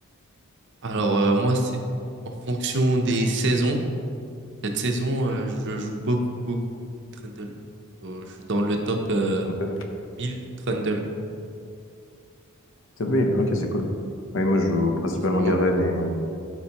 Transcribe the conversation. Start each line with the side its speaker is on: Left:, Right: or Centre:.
Right: Alors euh, moi, c'est en fonction des saisons. Cette saison, euh, je joue beaucoup, beaucoup, beaucoup Trundle. Faut- je suis dans le top euh,
Left: Top Hill.
Right: 1000 Trundle.
Left: Top Hill, Ok, c'est cool. Oui, moi, je joue principalement
Right: Ouais, c'est pas
Left: Garen
Right: mal.
Left: et,